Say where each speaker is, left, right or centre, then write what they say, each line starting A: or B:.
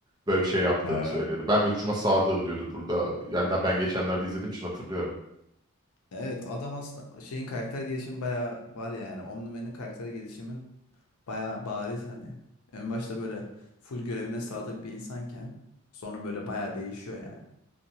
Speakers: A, on the right; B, on the left.
A: böyle bir şey yaptığını
B: Ha.
A: söylüyordu. Ben Viltrum'a sadığım diyordu burada. Yani daha ben geçenlerde izlediğim için hatırlıyorum.
B: Evet adam aslında şeyin karakter gelişimi bayağı var yani. Omniman'in karakter gelişimi Bayağı bariz hani. En başta böyle full görevine sadık bir insanken sonra böyle bayağı değişiyor yani.